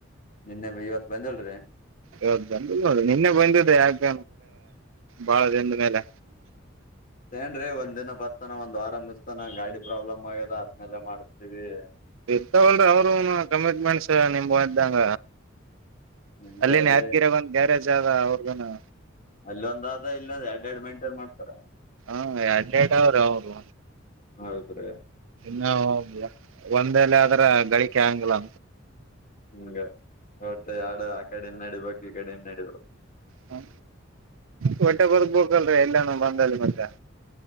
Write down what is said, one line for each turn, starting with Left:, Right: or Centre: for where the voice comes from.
Left: ನಿನ್ನೆ ಇವತ್ ಬಂದಿಲ್ರಿ.
Right: ಇವತ್ತ ಬಂದಿಲ್ಲ ನೋಡ್ರಿ ನಿನ್ನೆ ಬಂದಿದೆ ಯಾಕ ಬಾಳ ಮೇಲೆ
Left: ಏನ್ ರೀ ಒಂದ್ ದಿನ ಬರ್ತಾನ ಒಂದ್ ಆರಂಭಿಸ್ತಾನ ಗಾಡಿ ಪ್ರಾಬ್ಲಮ್ ಆಗ ರಾತ್ನೆಲ್ಲ ಮಾಡತೀವಿ.
Right: ಇರ್ತಅಲರಿ ಅವರು ಕಮಿಟ್ಮೆಂಟ್ಸ್ ನಿಮ ಇದ್ದಂಗ.
Left: ಹಿಂಗ
Right: ಅಲ್ಲಿನ
Left: ಆದ್ರೆ
Right: ಯಾದ್ಗಿರ ಬಂದ್ ಗ್ಯಾರೇಜ್ ಆಗ ಅವರ್ಗನು.
Left: ಅಲ್ಲೊಂದಾದ ಇಲ್ಲೊಂದ್ ಎರಡ್ ಎರಡ್ ಮೇಂಟೈನ್ ಮಾಡ್ತಾರ
Right: ಹಾ ಎಡ್ ಎರಡು ಅದಾವ ಅವರು.
Left: ಹೌದ್ರೀ.
Right: ಇನ್ನು ಹೋಗ ಒಂದಲ್ಲಿ ಆದ್ರ ಗಳಿಕೆ ಆಂಗಿಲ್ಲ.
Left: ಹಂಗ ಹೊಟ್ಟ ಎಡು ಆ ಕಡೆ ಇಂದ ನಡಿಬೇಕಕ್ ಈ ಕಡ ಇಿಂದ ನಡಿಬೇಕು.
Right: ಹ ಹೊಟ್ಟೆ ಬರ್ಬೇಕಲ್ರಿ ಎಲ್ಲಾನೂ ಬಂದಲ್ಲಿ ಮತ್ತೆ.